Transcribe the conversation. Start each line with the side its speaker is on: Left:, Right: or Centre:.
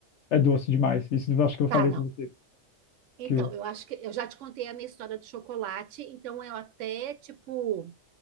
Left: É doce demais. Isso eu acho que eu
Right: Tá,
Left: falei
Right: não.
Left: pra você.
Right: Então,
Left: Que eu,
Right: eu acho que eu já te contei a minha história do chocolate, então eu até, tipo.